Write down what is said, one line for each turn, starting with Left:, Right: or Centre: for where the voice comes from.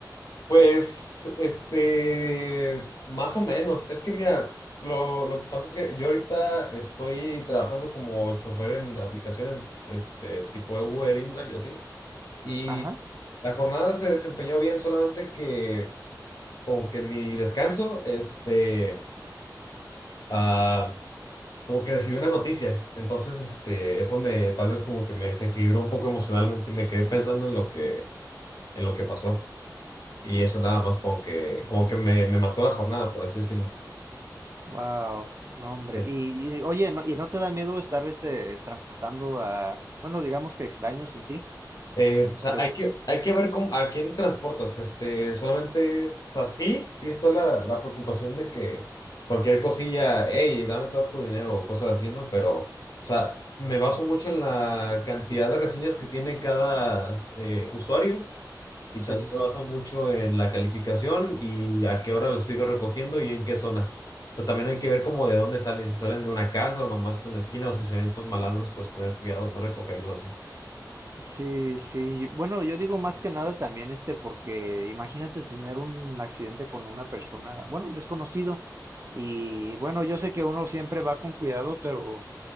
Left: Pues, este, más o menos. Es que mira, lo, lo que pasa es que yo ahorita estoy trabajando como chofer en aplicaciones, este, tipo Uber, InDrive y así. Y
Right: Ajá.
Left: la jornada se desempeñó bien, solamente que como que en mi descanso, este, ah, como que recibí una noticia. Entonces, este, eso me, tal vez como que me desequilibró un poco emocionalmente y me quedé pensando en lo que, en lo que pasó. Y eso nada más como que, como que me, me mató la jornada, por así decirlo.
Right: Wow, no hombre.
Left: Sí.
Right: Y, y, oye, no, ¿y no te da miedo estar este transportando a, bueno, digamos que extraños en sí?
Left: Eh, o sea,
Right: Que,
Left: hay que, hay que ver cómo, a quién transportas. Este, solamente, o sea, sí, sí está la, la preocupación de que cualquier cosilla, hey, dame todo tu dinero o cosas así, ¿no? Pero, o sea, me baso mucho en la cantidad de reseñas que tiene cada eh, usuario y
Right: sí,
Left: también
Right: sí,
Left: me
Right: sí.
Left: baso mucho en la calificación y a qué hora lo estoy recogiendo y en qué zona. O sea, también hay que ver como de dónde salen, si salen de una casa o nomás en la esquina o si se ven pues malandros, pues tener cuidado, no recogerlos así.
Right: Sí, sí. Bueno, yo digo más que nada también este, porque imagínate tener un accidente con una persona, bueno, un desconocido. Y bueno, yo sé que uno siempre va con cuidado, pero